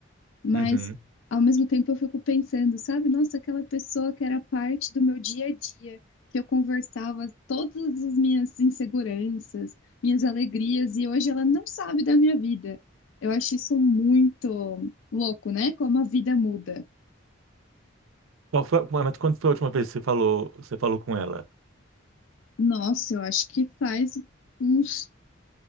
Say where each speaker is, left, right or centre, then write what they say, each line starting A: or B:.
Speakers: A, on the left (about 70°); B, on the right (about 85°).
A: Mas,
B: Uhum.
A: ao mesmo tempo, eu fico pensando, sabe, nossa, aquela pessoa que era parte do meu dia a dia, que eu conversava todas as minhas inseguranças, minhas alegrias, e hoje ela não sabe da minha vida. Eu acho isso muito louco, né? Como a vida muda.
B: Qual foi, mas quando foi a última vez que você falou, você falou com ela?
A: Nossa, eu acho que faz uns